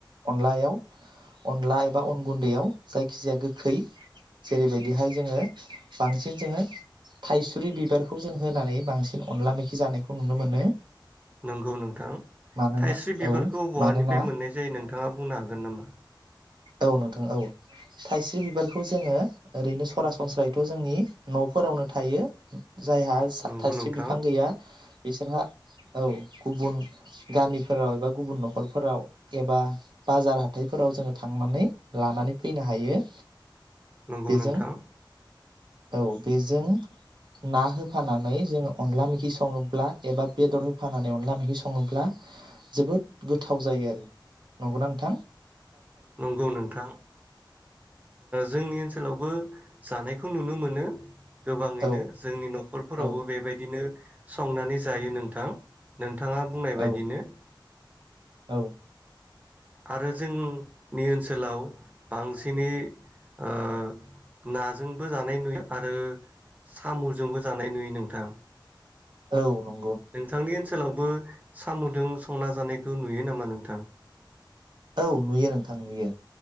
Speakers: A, on the right (about 65°); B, on the right (about 20°).
A: अनलायाव अनला एबा अन गुन्दैयाव जायखि जाया गोखै जेरैबायदिहाय जोङो बांसिन जोङो थाइसुरि बिबारखौ जों होनानै बांसिन अनला मेखि जानायखौ नुनो मोनो
B: नंगौ नों नोंथां
A: मानोना
B: थाइस्रि बिबारखौ
A: औ
B: बहानिफ्राय
A: मानोना
B: मोननाय जायो नोंथाङा बुंनो हागोन नामा?
A: औ नोंथां औ थायसे बिबारखौ जोङो ओरैनो सरासनस्रायैथ' जोंनि न'फोरावनो थायो जायहा सा
B: नंगौ
A: थाइस्रि
B: नोंथां
A: बिफां गैया बिसोरहा औ गुबुन गामिफोराव एबा गुबुन न'खरफोराव एबा बाजार हाथायफोराव जोङो थांनानै लानानै फैनो हायो
B: नंगौ
A: बेजों
B: नोंथां
A: औ बेजों ना होफानानै जोङो अनला मेखि सङोब्ला एबा बेदर होफानानै अनला मेखि स सङोब्ला जोबोद गोथ गोथाव जायो आरो नंगौ थां
B: नंगौ नोंथां जोंनि ओनसोलावबो जानायखौ नुनो मोनो गोबाङैनो
A: औ
B: जोंनि न'खरफोरावबो
A: औ
B: बेबायदिनो संनानै जायो नोंथां नों नोंथाङा बुंनाय बायदिनो
A: औ औ
B: आरो जोंनि ओनसोलाव बांसिनै ओ नाजोंबो जानाय नुयो आरो साम'जोंबो जानाय नुयो नोंथां
A: औ नं
B: नोंथांनि ओनसोलावबो सामुदों संना जानायखौ नुयो नामा नोंथां?
A: औ नुयो नोंथां नुयो